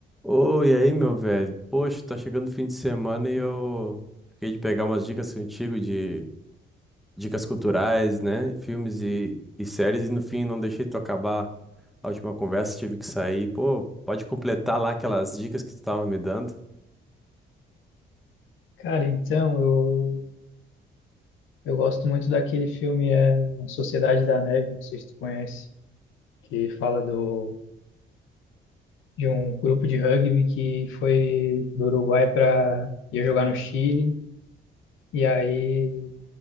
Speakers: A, in the centre; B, on the left.
A: Oi, e aí, meu velho? Poxa, tá chegando o fim de semana e eu fiquei de pegar umas dicas contigo de dicas culturais, né? e Filmes e, e séries, e no fim não deixei tu acabar a última conversa, tive que sair. Pô, pode completar lá aquelas dicas que tu tava me dando.
B: Cara, então, eu, eu gosto muito daquele filme é, Sociedade da Neve, não sei se tu conhece, que fala do, de um grupo de rugby que foi do Uruguai para ir jogar no Chile, e aí